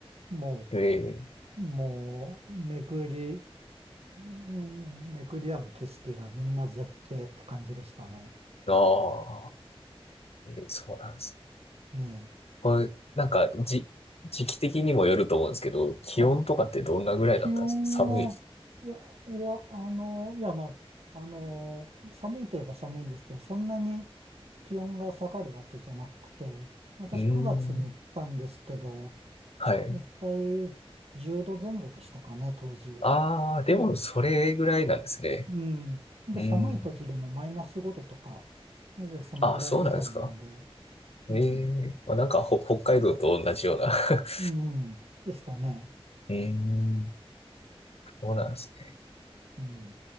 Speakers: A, on the right; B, on the left.
A: も
B: んえ
A: う、もう、巡り、うん巡り合う景色がみんな絶景って感じでしたね。
B: ー、ああ、えーそうなんですね。
A: ええ。
B: これ、なんか、じ、時期的にもよると思うんですけど、気温とかってどんなぐらいだったんですか寒い。
A: はい。気温は、いや、いや、あの、いや、まあ、あの、寒いといえば寒いんですけど、そんなに気温が下がるわけじゃなくて、私9月に行ったんですけど、
B: うーん。はい。
A: 一体10度前後でしたかね、当時。
B: ああ、でも、
A: うん。
B: それぐらいなんですね。
A: うん。で、
B: うーん。
A: 寒い時でもマイナス5度とか、なぜそのぐらいみたいなんで、
B: あ、そうなんですか。
A: うん。
B: ええまあ、なんか、ほ、北海道と同じような <laughs>
A: うん。ですかね。
B: うーん。<laughs> そうなんですね。
A: うん。